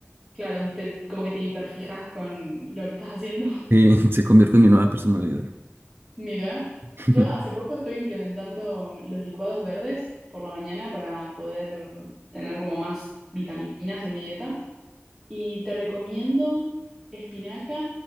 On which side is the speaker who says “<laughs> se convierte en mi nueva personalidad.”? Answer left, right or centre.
Right